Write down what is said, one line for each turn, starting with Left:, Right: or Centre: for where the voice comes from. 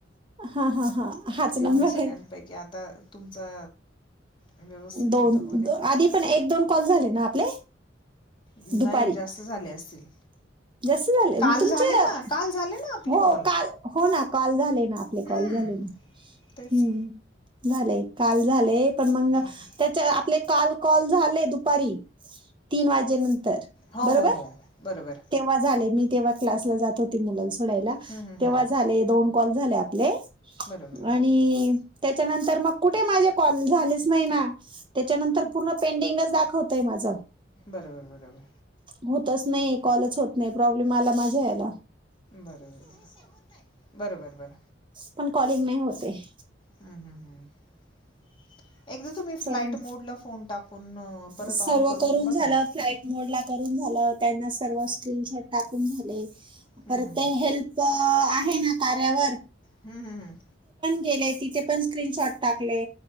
Right: हा हा हा हाच
Left: एवढं
Right: नंबर
Left: सगळ्यांपैकी
Right: आहे
Left: आता तुमचा व्यवस्थित
Right: दोन
Left: होता बुवा नाही का?
Right: आधी पण एक दोन कॉल झाले ना आपले.
Left: नाही
Right: दुपारी
Left: जास्त झाले असतील.
Right: जास्त झाले
Left: काल
Right: म तुमच्या
Left: झाले ना, काल झाले ना आपले
Right: हो
Left: कॉल.
Right: काल हो ना कॉल झाले ना आपले
Left: हं.
Right: कॉल झाले.
Left: तेच.
Right: हम्म झालंय काल झालय पण मग
Left: हं.
Right: त्याच्या आपल्या काल कॉल झाले दुपारी तीन वाजे नंतर
Left: हो,
Right: बरोबर.
Left: हो, हो. बरोबर.
Right: तेव्हा झाले मी तेव्हा क्लासला जात होते मुल सोडायला
Left: हं, हं,
Right: तेव्हा
Left: हं.
Right: झाले दोन कॉल झाले आपले.
Left: बरोबर
Right: आणि त्याच्यानंतर मग कुठे माझे कॉल झालेच नाही ना त्याच्यानंतर पूर्ण पेंडिंगच दाखवतय माझं.
Left: बरोबर बरोबर
Right: होतच नाही कॉलच होत नाही प्रॉब्लेम आला माझ्या ह्याला.
Left: बरोबर बरोबर बर
Right: पण कॉलिंग नाही होत आहे.
Left: हम् हम् हम् एकदा तुम्ही
Right: असं
Left: फ्लाइट मोड ला फोन टाकून अ परत
Right: सर्व
Left: ऑन करून बघा
Right: झालं
Left: ना.
Right: फ्लाईट मोड ला करून झालं त्यांना सर्व स्क्रीनशॉट टाकून झाले
Left: हं,
Right: परत
Left: हं,
Right: ते
Left: हं.
Right: हेल्प आहे आहे ना कार्यावर
Left: हम्म हम् हम्म
Right: केले तिथे पण स्क्रीनशॉट टाकले.